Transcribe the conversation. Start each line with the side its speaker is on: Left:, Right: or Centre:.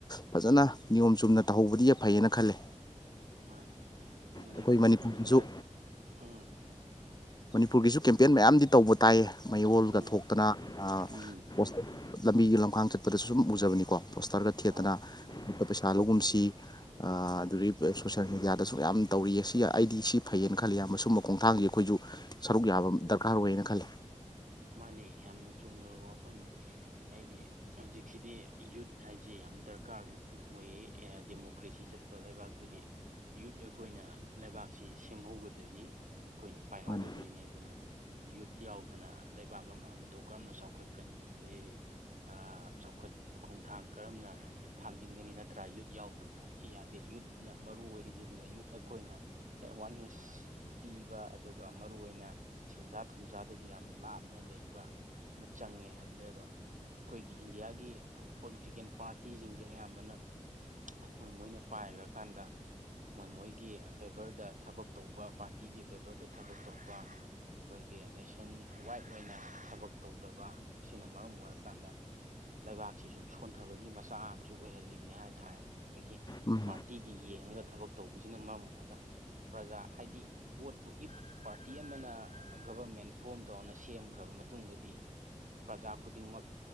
Left: ꯐꯖꯅ__ ꯅꯤꯌꯣꯝ ꯆꯨꯝꯅ ꯇꯥꯍꯧꯕꯗꯤ ꯐꯩꯌꯦꯅ ꯈꯜꯂꯦ꯫
Right: ꯃꯥꯅꯦ ꯑꯗꯨꯅꯤ
Left: ꯑꯩꯈꯣꯏ
Right: ꯑꯩꯈꯣꯏꯒꯤ
Left: ꯃꯅꯤꯄꯨꯔꯒꯤꯁꯨ
Right: ꯏꯟꯗꯤꯌꯥꯁ ꯎꯝ
Left: ꯃꯅꯤꯄꯨꯔꯒꯤꯁꯨ ꯀꯦꯝꯄꯦꯟ ꯃꯌꯥꯝꯗꯤ ꯇꯧꯕ ꯇꯥꯏꯌꯦ ꯃꯌꯣꯜꯒ
Right: ꯎꯝ
Left: ꯊꯣꯛꯇꯅ __
Right: ꯎꯝ
Left: ꯄꯣꯁꯇꯔ ꯂꯝꯕꯤꯒꯤ ꯂꯝꯈꯥꯡ ꯆꯠꯄꯗꯁꯨ ꯁꯨꯝ ꯎꯖꯕꯅꯤꯀꯣ ꯄꯣꯁꯇꯔꯒ ꯊꯦꯠꯇꯅ꯫
Right: ꯍꯣꯏ
Left: ꯄꯩꯁꯥ ꯂꯧꯒꯨꯝ ꯁꯤ ꯑꯗꯨꯗꯒꯤ
Right: ꯎꯝ
Left: ꯄꯩ꯫ ꯁꯣꯁꯦꯜ ꯃꯦꯗꯤꯌꯥꯗꯁꯨ ꯌꯥꯝꯅ ꯇꯧꯔꯤꯌꯦ ꯁꯤ ꯑꯩꯗꯤ ꯁꯤ ꯐꯩꯌꯦꯅ ꯈꯜꯂꯤ ꯏꯌꯥꯝꯕ ꯁꯨꯝꯕ ꯈꯣꯡꯊꯥꯡꯁꯤ ꯑꯩꯈꯣꯏꯁꯨ꯫ ꯁꯔꯨꯛ ꯌꯥꯕ ꯗꯔꯀꯥꯔ ꯑꯣꯏꯌꯦꯅ ꯈꯜꯂꯦ
Right: ꯃꯥꯅꯦ ꯌꯥꯝꯅ ꯆꯨꯝꯈꯔꯕ ꯋꯥꯐꯝꯅꯦ ꯑꯩꯗꯤ꯫ ꯍꯧꯖꯤꯛꯁꯤꯗꯤ ꯌꯨꯠ ꯍꯥꯏꯁꯦ ꯌꯥꯝ ꯗꯔꯀꯥꯔ ꯑꯣꯏꯌꯦ ꯗꯦꯃꯣꯀ꯭ꯔꯦꯁꯤ ꯆꯠꯄ ꯂꯩꯕꯥꯛꯇꯗꯤ꯫ ꯌꯨꯠ ꯑꯩꯈꯣꯏꯅ ꯂꯩꯕꯥꯛꯁꯤ ꯁꯦꯝꯍꯧꯒꯗꯣꯏꯅꯤ꯫ ꯑꯩꯈꯣꯏꯅ ꯄꯥꯏꯍꯧꯒꯗꯣꯏꯅꯤ
Left: ꯃꯥꯅꯤ
Right: ꯑꯗꯨꯅ ꯌꯨꯠ ꯌꯥꯎꯗꯅ꯫ ꯂꯩꯕꯥꯛ ꯑꯃ ꯃꯇꯧ ꯀꯔꯝꯅ ꯆꯥꯎꯈꯠꯀꯅꯤ ꯑꯗꯩꯗꯤ꯫ ꯑ ꯆꯥꯎꯈꯠ ꯈꯣꯡꯊꯥꯡ ꯀꯔꯝꯅ꯫ ꯊꯥꯡꯖꯤꯟꯒꯅꯤ ꯅꯠꯇ꯭ꯔꯥ ꯌꯨꯠ ꯌꯥꯎꯗꯕ ꯍꯥꯏꯁꯤ ꯌꯥꯗꯦ ꯌꯨꯠꯅ ꯃꯔꯨ ꯑꯣꯏꯔꯤꯁꯤ ꯑꯗꯨꯅ ꯌꯨꯠ ꯑꯩꯈꯣꯏꯅ꯫ ꯑꯦꯋꯥꯔꯅꯦꯁ ꯄꯤꯕ ꯑꯗꯨꯒ ꯃꯔꯨꯑꯣꯏꯅ ꯁꯦꯟꯖꯥ ꯊꯨꯝꯖꯥꯗꯒꯤ ꯌꯥꯝ ꯂꯥꯞ꯫ ꯅ ꯂꯩꯕ ꯃ ꯆꯪꯉꯦ ꯑꯗꯨꯒ ꯈꯣꯏꯒꯤ ꯏꯟꯗꯤꯌꯥꯒꯤ ꯑ ꯄꯣꯂꯤꯇꯤꯀꯦꯜ ꯄꯥꯔꯇꯤꯁꯤꯡꯖꯦ ꯑꯌꯥꯝꯕꯅ <unintelligible> ꯃꯣꯏ ꯃꯣꯏꯅ ꯄꯥꯏꯒ꯭ꯔꯀꯥꯟꯗ ꯃꯣꯏ ꯃꯣꯏꯒꯤ ꯐꯦꯚꯔꯗ ꯊꯕꯛ ꯇꯧꯕ ꯄꯥꯔꯇꯤꯒꯤ ꯐꯦꯚꯔꯗ ꯊꯕꯛ ꯇꯧꯕ ꯑꯈꯣꯏꯒꯤ ꯅꯦꯁꯟ ꯋꯥꯏꯠ ꯑꯣꯏꯅ ꯊꯕꯛ ꯇꯧꯗꯕ ꯁꯤꯅ ꯃꯔꯝ ꯑꯣꯏꯔꯀꯥꯟꯗ ꯂꯩꯕꯥꯛꯁꯤ ꯁꯨꯝ ꯁꯣꯟꯊꯕꯒꯤ ꯃꯆꯛ ꯑꯝꯁꯨ ꯑꯣꯏꯍꯜꯂꯤꯕꯅꯤ ꯍꯥꯏ ꯇꯥꯔꯦ ꯈꯣꯏꯒꯤ
Left: ꯎꯝ
Right: ꯄꯥꯔꯇꯤꯒꯤ ꯌꯦꯡꯉꯒ ꯊꯕꯛ ꯇꯧꯕꯁꯤꯅ ꯃꯔꯝ ꯑꯣꯏꯔꯒ ꯄ꯭ꯔꯖꯥ ꯍꯥꯏꯗꯤ ꯕꯣꯠꯄꯨ ꯏꯐ ꯄꯥꯔꯇꯤ ꯑꯃꯅ ꯒꯕꯔꯃꯦꯟ ꯐꯣꯝ ꯇꯧꯅ ꯁꯦꯝꯈ꯭ꯔꯕ ꯃꯇꯨꯡꯗꯗꯤ ꯄ꯭ꯔꯖꯥ ꯈꯨꯗꯤꯡꯃꯛ